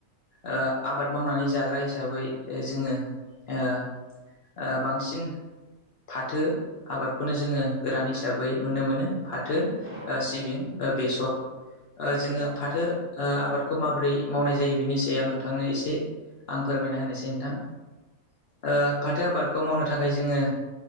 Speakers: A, on the left (about 60°); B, on the right (about 20°).
A: ओ आबाद मावनानै जाग्रा हिसाबै ओ जोङो ओ ओ बांसिन फाथो आबादखौनो जोङो गोरान हिसाबै नुनो मोनो। फाथो
B: औ औ
A: ओ सिबिं ओ बेसर ओ जोङो
B: औ
A: फाथो ओ आबादखौ माबोरै मावनाय जायो बिनि सायाव नोंथांनो एसे आं फोरमायना होनोसै नोंथां। ओ फाथो आबादखौ मावनो थाखाय जोङो